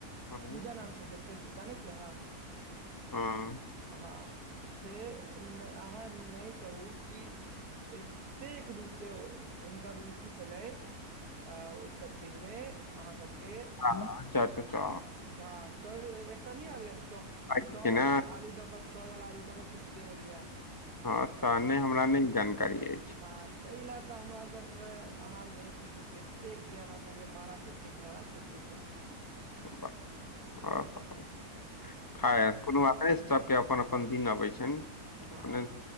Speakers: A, on the left; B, on the right.
A: हँ
B: पूजा नाम छलखिन, जानै छियै अहाँ।
A: ह
B: हँ से अहाँ नहि कहू कि एतेक रुचि हुनका रुचि छलै। आ ओहि सभ चीजमे अहाँ सभकेँ
A: हँ अच्छा अच्छा
B: हँ, चौ एकटा न आबै,
A: आइ कि
B: चारि वला
A: ने
B: आलू दऽ। चौरवला आलू तऽ खींचे होइए।
A: हँ तऽ नहि, हमरा नहि जानकारी अछि।
B: हँ, ताहि लेल तऽ हमरा सँ अहाँ नहि पूछू, जतेक जे हमरा से मारा पेट। झरा ज्योति केँ
A: <unintelligible> खाइ कऽ नहिएत सभकेँ अपन अपन दिन अबै छनि।
B: हँ
A: अपने